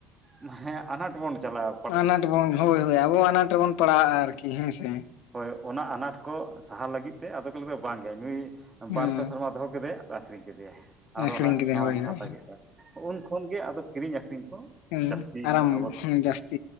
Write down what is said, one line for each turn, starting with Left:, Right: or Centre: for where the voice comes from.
Right: <unintelligible> ᱦᱮ ᱟᱱᱟᱴ ᱵᱚᱱ ᱪᱟᱞᱟᱣ
Left: ᱟᱱᱟᱴ ᱵᱚᱱ ᱦᱳᱭ ᱦᱳᱭ ᱟᱵᱚ ᱟᱱᱟᱴ ᱨᱮᱵᱚᱱ ᱯᱟᱲᱟᱜᱼᱟ ᱟᱨᱠᱤ ᱦᱮᱸ ᱥᱮ
Right: ᱦᱳᱭ ᱚᱱᱟ ᱟᱱᱟᱴ ᱠᱚ ᱥᱟᱦᱟ ᱞᱟᱹᱜᱤᱫ ᱛᱮ ᱟᱫᱚ ᱠᱚ ᱞᱟᱭ ᱫᱚ ᱵᱟᱝᱜᱮ ᱱᱩᱭ
Left: ᱦᱩᱸ
Right: ᱵᱟᱨ ᱯᱮ ᱥᱮᱨᱢᱟ ᱫᱚᱦᱚ ᱠᱮᱫᱮ <unintelligible> <inaudible> ᱠᱮᱫᱮᱭᱟᱭ ᱟᱨᱚ
Left: ᱟᱹᱠᱷᱨᱤᱧ
Right: ᱦᱟᱸᱜ
Left: ᱠᱤᱫᱟᱹᱧ
Right: ᱱᱟᱣᱟᱱ
Left: ᱦᱳᱭ
Right: ᱠᱚ
Left: ᱦᱳᱭ
Right: ᱦᱟᱛᱟᱣ ᱠᱮᱫ ᱠᱚᱣᱟ ᱩᱱ ᱠᱷᱚᱱ ᱜᱮ ᱟᱫᱚ ᱠᱤᱨᱤᱧ ᱟᱹᱠᱷᱨᱤᱧ ᱠᱚ
Left: ᱦᱮ
Right: ᱡᱟᱹᱥᱛᱤ
Left: ᱟᱨᱟᱢ
Right: ᱠᱟᱱᱟ ᱟᱵᱚ ᱫᱚ᱾
Left: ᱡᱟᱹᱥᱛᱠ